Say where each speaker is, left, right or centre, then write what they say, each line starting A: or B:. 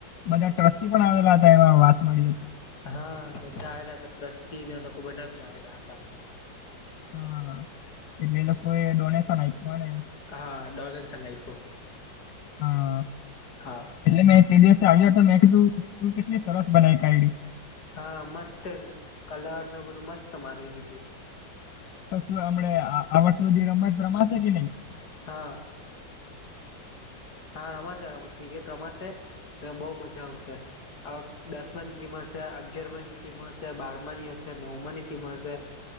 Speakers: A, on the left; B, on the left.
A: બધા ટ્રસ્ટી પણ આવેલા હતા એમાં વાત મળી હતી.
B: હા બધા આવેલા હતા ત્રસ્તીને લોકો બધા ભી આવેલા હતા.
A: હા એટલે એ લોકો એ ડોનેશન આપ્યું હોય ને એમ.
B: હા ડોનેશન આપ્યું
A: હા
B: હા.
A: એટલે મેં તે દિવસે આવ્યા હતા મેં કીધું કેટલી સરસ બનાવીાઢડી
B: હા મસ્ત કલરને બધું મસ્ત મારી દીધું
A: કશું હમણે આવડ જે રમત રમાશે કે નહી
B: હા હા રમાશે ક્રિકેટ રમાશે ને બહુ મજા આવશે દસમાની ટીમ હશે અગિયાર માની ટીમ હશે બારમાની હશે નવમાંની ટીમ હશે